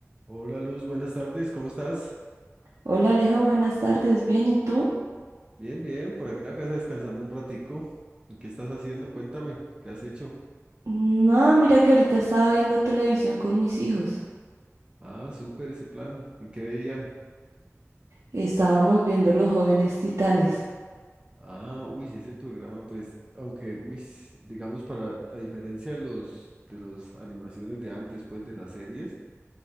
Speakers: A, on the right (about 20°); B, on the right (about 85°).
A: Hola Luz, buenas tardes, ¿cómo estás?
B: Hola Alejo, buenas tardes. Bien, ¿y tú?
A: Bien, bien, por aquí en la casa descansando un ratico. ¿Y ¿Qué estás haciendo? Cuéntame, ¿qué has hecho?
B: No, mira que ahorita estaba viendo televisión con mis hijos.
A: Ah, súper ese plan, ¿en qué veían?
B: Estábamos viendo Los Jóvenes Titanes.
A: Ah, uy, sí, ese programa, pues, aunque, uy, s- digamos, para, a diferencia de los, de las animaciones de antes, pues, de las series,